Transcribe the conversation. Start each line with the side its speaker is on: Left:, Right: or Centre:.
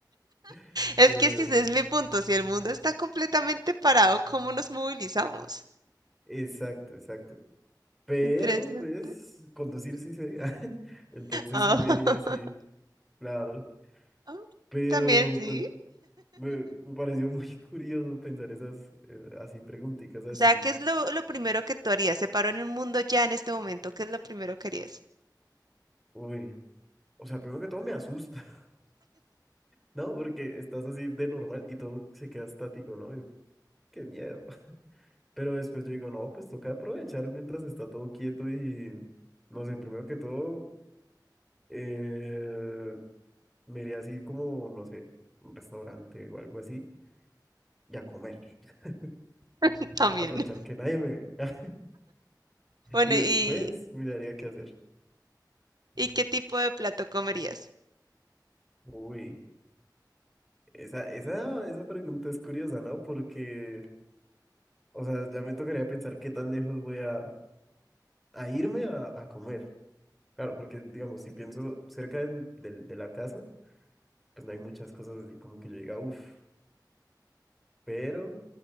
Centre: <laughs>
Right: Es
Centre: Pero,
Right: que ese es mi punto, si el mundo está completamente parado, ¿cómo nos movilizamos?
Centre: exacto, exacto. Pero,
Right: Interesante.
Centre: pues, conducir sí sé. <laughs> Entonces
Right: Ah,
Centre: sí me
Right: <laughs>
Centre: iría así, claro.
Right: ah,
Centre: Pero,
Right: también, sí.
Centre: pero me, me pareció muy <laughs> curioso pensar esas, eh, así, preguntitas así.
Right: O sea, ¿qué es lo, lo primero que tú harías? Se paró en el mundo ya en este momento, ¿qué es lo primero que harías?
Centre: Uy, o sea, primero que todo me asusta. No, porque estás así de normal y todo se queda estático, ¿no? Y, qué miedo. <laughs> Pero después yo digo, no, pues toca aprovechar mientras está todo quieto y, no sé, primero que todo, eh, me iría así como, no sé, un restaurante o algo así y a comer. <laughs>
Right: <laughs> También.
Centre: Aprovechar que nadie me ve. <laughs>
Right: Bueno,
Centre: Y después
Right: ¿y,
Centre: miraría qué hacer.
Right: y qué tipo de plato comerías?
Centre: Uy, esa, esa, esa pregunta es curiosa, ¿no? Porque, o sea, ya me tocaría pensar qué tan lejos voy a, a irme a, a comer. Claro, porque digamos, si pienso cerca del, del- de la casa, pues no hay muchas cosas así como que yo diga, uff, pero